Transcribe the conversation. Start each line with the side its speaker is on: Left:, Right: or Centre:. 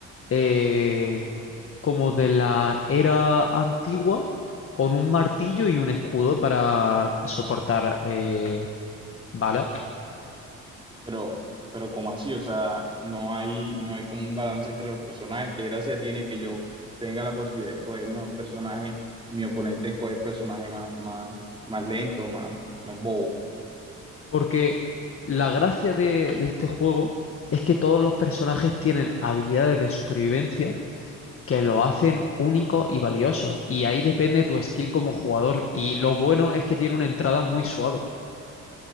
Left: eh, como de la era antigua con un martillo y un escudo para soportar eh, balas.
Right: Pero, pero ¿cómo así? O sea, no hay, no hay como un balance entre los personajes. ¿Qué gracia tiene que yo tenga la posibilidad de escoger el mejor personaje y mi oponente escoge el personaje más, más, más lento, más, más bobo?
Left: Porque la gracia de, de este juego es que todos los personajes tienen habilidades de supervivencia que lo hacen único y valioso. Y ahí depende tu skill como jugador. Y lo bueno es que tiene una entrada muy suave.